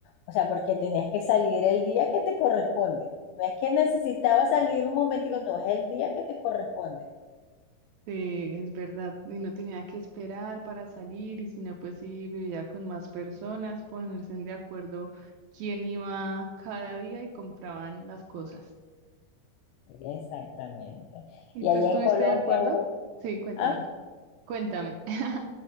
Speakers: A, on the left (about 75°); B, on the right (about 75°).
A: O sea, porque tenías que salir el día que te corresponde. No es que necesitaba salir un momentico, no, es el día que te corresponde.
B: Sí, es verdad. Y no tenía que esperar para salir, y si no, pues sí, vivía con más personas, ponerse de acuerdo quién iba cada día y compraban las cosas.
A: Exactamente.
B: ¿Y
A: Y
B: tú
A: allá
B: estuviste
A: en Colombia
B: de acuerdo?
A: hubo,
B: Sí, cuéntame,
A: ah,
B: cuéntame. <laughs>